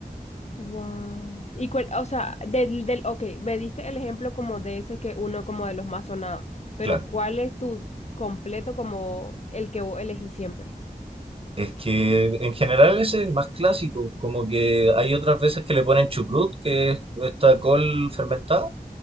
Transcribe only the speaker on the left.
Wow. Y cuál, o sea, del, del, ok, me diste el ejemplo como de ese que uno como de los más sonados, pero
¿cuál es tu completo como el que vos elegís siempre?